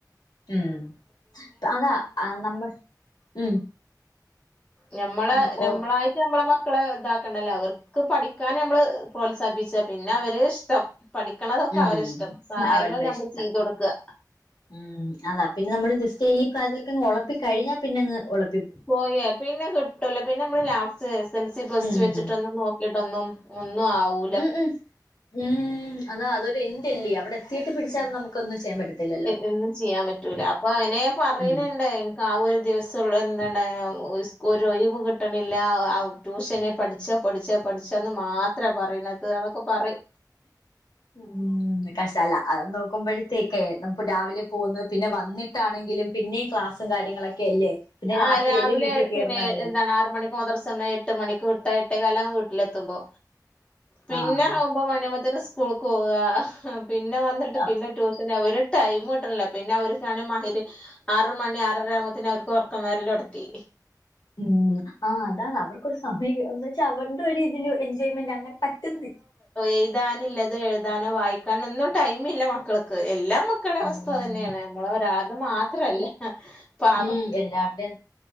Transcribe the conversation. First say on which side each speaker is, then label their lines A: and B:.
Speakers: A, on the left; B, on the left.
A: ഉം അതാ നമ്മൾ ഉം
B: ഞമ്മളെ
A: അന്ന്
B: ഞമ്മളായി
A: ഓ
B: നമ്മളെമക്കളെഇതാക്കണ്ടല്ലേ അവർക്ക്പഠിക്കാന് നമ്മള് പ്രോത്സാഹിപ്പിച്ച പിന്നെഅവര്ഇഷ്ടം പഠിക്കണതൊക്കെ
A: ഉം
B: അവരിഷ്ടം സഹായങ്ങൾ
A: അവരുടെ
B: ഞമ്മള്
A: ഇഷ്ടം
B: ചെയ്തൊട്ക്കാ
A: ഉം അതാ പിന്നെനമ്മള് ജസ്റ്റ്ഈ പ്രായത്തിലേക്കങ്ങ് ഒളപ്പിക്കകഴിഞ്ഞാ പിന്നെങ്ങ് ഉളു
B: പോയേ പിന്നെ കിട്ടൂലോ പിന്നെ നമ്മള് ലാസ്റ്റ് എസ് എൽ സി പ്ലസ്റ്റ്
A: ഉം
B: വെച്ചിട്ട്ന്ന നോ കിടന്നും ഒന്നും ആവൂ
A: ഉം, ഉം, ഉം അതാ അതൊരെൻടല്ല്യേ, അവടെത്തീട്ട് പിടിച്ചാ
B: ഉം
A: നമുക്കൊന്നും ചെയ്യാൻ പറ്റത്തില്ല.
B: ഒന്നും ചെയ്യാൻ പറ്റൂല അപ്പൊ അവന് പറിണ്
A: ഉം
B: ണ്ട് ഇൻക്ക് ആ ഒരു ദിവസം ള്ളു എന്താണ് സ്കൂ ഒര് ഒഴിവ് കിട്ടണ്ല്ല ഔ ട്യൂഷന് പഠിച്ചോ പഠിച്ചോ പഠിച്ചോന്ന് മാ എത്ര പറയണത് അതൊക്ക പറയ്
A: ഉം, കഷ്ടല്ല അത് നോക്കുമ്പഴത്തേക്കെ. ന ഇപ്പൊ രാവിലെ പോന്ന്‌ പിന്നെ വന്നിട്ടാണെങ്കിലും പിന്നെയും ക്ലാസ്സും കാര്യങ്ങളൊക്കെ അല്ലേ പിന്നെ
B: ആഹ്
A: രാത്രിയല്ലേ
B: രാവിലെ
A: വീട്ടിൽ കയറുന്ന
B: പിന്നെ
A: തന്നെ
B: എന്താണ് ആറ് മണിക്ക് മദ്രസന്ന എട്ട് എട്ട് മണിക്ക് വിട്ട എട്ടേ കാലാവും വീട്ടിലെത്തുമ്പോ പിന്നെ
A: ആഹ്
B: ആകുമ്പോ മുനെ പ ത്തിന് സ് സ്കൂൾക്കൊവാ പിന്നെവന്നിട്ട്
A: ആഹ്
B: പിന്നെട്യൂഷന്അവര് ടൈംമ്മ്ട്ട്ല്ല പിന്നെഅവർക്കണേ മഗ്‌രി ആറ്മണി ആറരആവുമ്പത്ത്ന് അവർ കൊറക്കം വല്ലോടത്തി
A: ഉം ആഹ് അതാണ് അവർക്കൊരു സമയം ന്ന് വെച്ചാ അവരുടെ ഒരു രീതിൽ എൻജോയ്മെന്റ് അങ്ങനെ പറ്റുന്ന
B: എഴ്താനില്ലത്എഴുതാനോ വായിക്കാനോന്നും ടൈമില്ലമക്കൾക്ക് എല്ലാംമാ ക്കളെവസ്ഥതന്നെയാണ്
A: ഉം
B: നമ്മളെരാൾത് മാത്രല്ല പാ
A: ഉം എല്ലാരുടെ